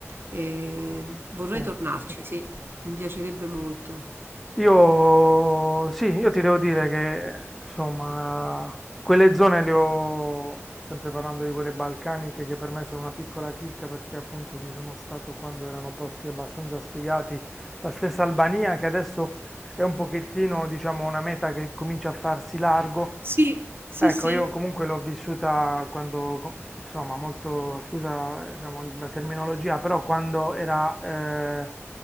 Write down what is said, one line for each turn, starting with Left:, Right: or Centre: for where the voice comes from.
Right: Eh, vorrei
Centre: Sì.
Right: tornarci, sì, mi piacerebbe molto.
Centre: Io, sì, io ti devo dire che, insomma, quelle zone le ho, sempre parlando di quelle balcaniche, che per me sono una piccola chicca, perché appunto ci sono stato quando erano posti abbastanza sfigati, la stessa Albania, che adesso è un pochettino, diciamo, una meta che comincia a farsi largo
Right: Sì, sì,
Centre: Ecco,
Right: sì.
Centre: io comunque l'ho vissuta quando, com- insomma, molto, scusa, diciamo, la terminologia, però quando era, eh,